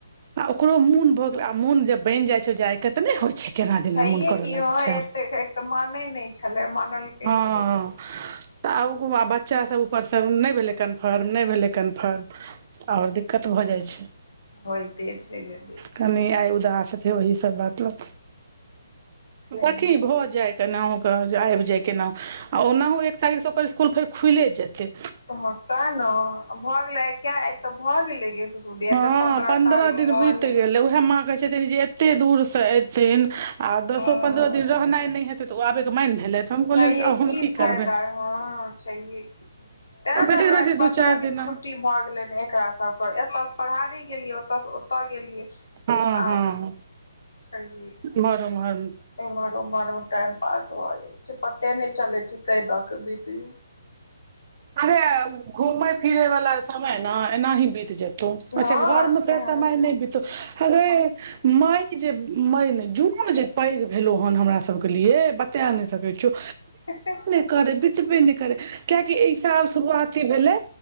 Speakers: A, on the right; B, on the left.
A: आ ओकरो मोन भऽ गेल आ मोन जब बनि जाय छै जाय के तऽ नहि होइ छै केना
B: छैेहे
A: दिना मोन करऽ
B: की ह
A: लागै छै
B: एते तऽ माने नहि छलै मानलकै
A: हँ
B: तऽ होइते छैहे
A: आब कुनु बच्चा सब ऊपरसँ नहि भेलै कन्फर्म नहि भेलै कन्फर्म आओर दिक्कत भऽ जाय छै
B: होइते छै गै
A: कनि आय उदास छी ओहि सब बात लऽ कऽ
B: छैहे
A: दखी
B: की।
A: भऽ जाय केनाहु क जे आबि जाय केनाहु आ ओनाहु एक तारीख से स्कुल फेर खुले जेते
B: तैं न भऽ गेले क आ तऽ भऽ गेलै गे खुशबुद्धि
A: हँ
B: तऽ
A: पन्द्रह
B: तारीख
A: दिन
B: भए
A: बीत गेलै उएह माँ कहैत छथिन जे एते दूर से ऐथिन आ दसो
B: हँ
A: पंद्रह दिन रहनाय नहि हेतै तऽ ओ आबै के मैएन भेलै तऽ हम कहलियै
B: छैहे
A: हम
B: की फायदा
A: करबै
B: हँ छैहे की तेएं न
A: बेसी
B: हमरा
A: बेसी
B: पंद्रह
A: दू चारि
B: दिन
A: दिना
B: छुट्टी भए गेलै ने एकरा सब एतयसँ पहाड़ी गेलियै ओतऽसँ ओतय गेलियै
A: हँ
B: आब
A: हँ
B: छैहे
A: एमहर ओमहर
B: एम्हर उम्हर मे टाइम पास भ जाय छै पते नहि चलै छै कय द क बीत गेलै
A: अरे घूमय फिरै वाला समय ने एनाही बीत जेतै तु अच्छा
B: हँ
A: घरमे
B: सएह
A: फेर समय
B: छै
A: नहि बिततौ हगै मई जे मई नहि जून जे पैघ भेलो हन हमरा सबके लिए बता नहि सकै छियौ
B: ह्ह ह्ह
A: करे बितबे नहि करे कियाकि अई साल शुरुआती भेले